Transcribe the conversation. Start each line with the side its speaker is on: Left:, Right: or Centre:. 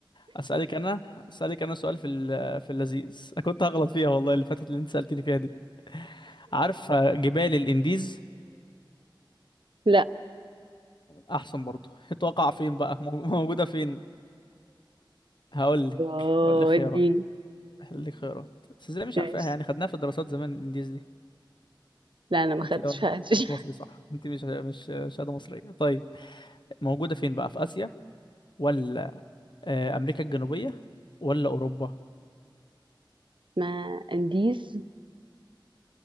Left: اسالك انا اسالك انا سؤال في ال... في اللذيذ انا كنت هغلط فيها والله اللي فاتت اللي انت سالتني فيها دي عارفه جبال الانديز
Right: <laughs> لا
Left: احسن برضه تقع فين بقى مو- موجوده فين هقول لك
Right: اوه
Left: هقول لك خيارات
Right: اديني
Left: هقول لك خيارات بس ازاي مش
Right: ماشي
Left: عارفاها يعني خدناها في الدراسات زمان الانديز دي
Right: لا انا ما
Left: انت
Right: خدتش
Left: اه
Right: فيها <laughs>
Left: مش مصري صح انت مش مش شهاده مصريه طيب موجوده فين بقى في اسيا ولا آه، امريكا الجنوبيه ولا اوروبا
Right: ما انديز